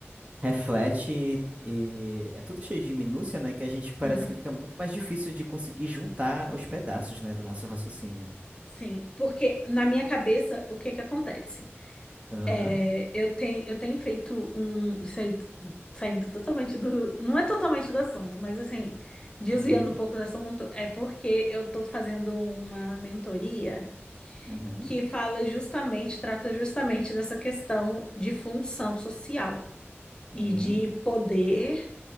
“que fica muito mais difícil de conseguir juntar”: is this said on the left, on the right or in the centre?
Right